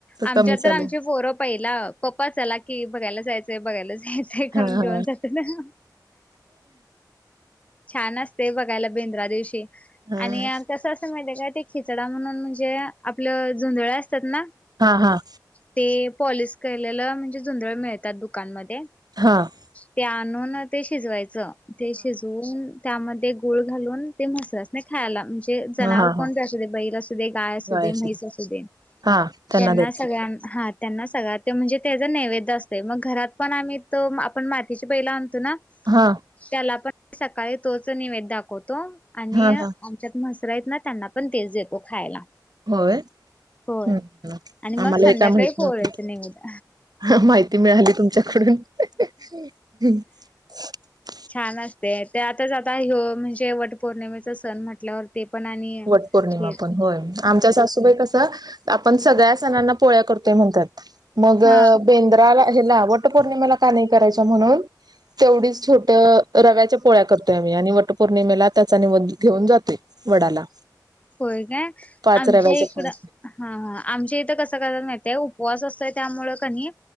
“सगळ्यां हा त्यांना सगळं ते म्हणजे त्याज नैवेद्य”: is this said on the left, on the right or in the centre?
Left